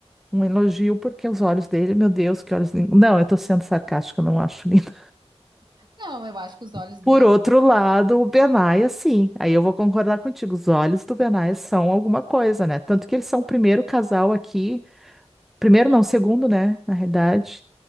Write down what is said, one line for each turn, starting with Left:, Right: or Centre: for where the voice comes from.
Centre: um elogio, porque os olhos dele, meu Deus, que olhos lindos. Não, eu estou sendo sarcástica, não acho lindo.
Right: Não, eu acho que os
Centre: <laughs>
Right: olhos dele.
Centre: Por outro lado, o Benai, sim. Aí eu vou concordar contigo. Os olhos do Benai são alguma coisa, né? Tanto que eles são o primeiro casal aqui. Primeiro, não, segundo, né? Na realidade.